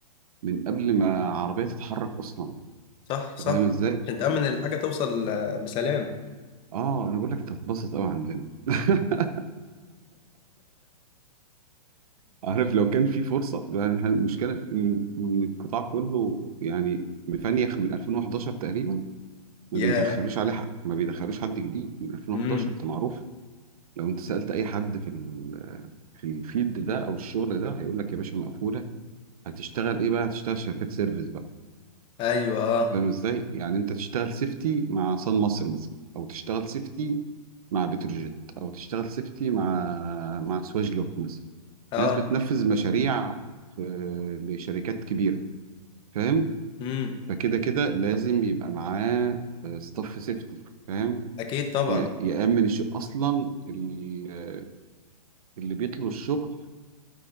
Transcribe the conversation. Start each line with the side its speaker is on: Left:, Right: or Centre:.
Right: من قبل ما عربيه تتحرك اصلا
Left: صح صح
Right: انت فاهم ازاي؟
Left: عشان تامن
Right: اه
Left: الحاجه توصل آه، بسلام
Right: آه، انا بقول لك انت هتتبسط قوي عندنا <laughs> عارف لو كان في فرصة لأن المشكلة إن إن القطاع كله يعني مفنيخ من 2011 تقريبا ما
Left: ياه
Right: بيدخلوش عليه حق ما بيدخلوش حد جديد من 2011
Left: امم
Right: ده معروف لو أنت سألت أي حد في ال- <laughs> في الفيلد ده أو الشغل ده هيقول لك يا باشا مقفولة هتشتغل إيه بقى؟ هتشتغل شركات سيرفيس بقى
Left: ايوه اه
Right: فاهم إزاي؟ يعني أنت تشتغل سيفتي مع صن مصر مثلا أو تشتغل سيفتي مع بتروجيت أو تشتغل سيفتي مع مع سواجلوك مثلا
Left: اه
Right: ناس بتنفذ مشاريع في لشركات كبيرة فاهم
Left: امم
Right: فكده كده لازم يبقى معاه ستاف سيفتي فاهم
Left: اكيد طبعا
Right: ي- يأمن الش... أصلا ال- اللي بيطلب الشغل